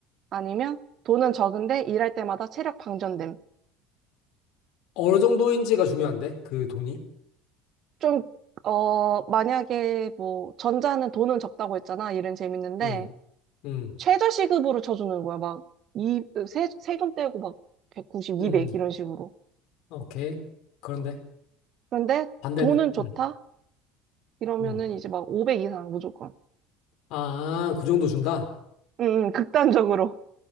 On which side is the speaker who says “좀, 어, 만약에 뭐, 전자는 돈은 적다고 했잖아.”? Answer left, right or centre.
Right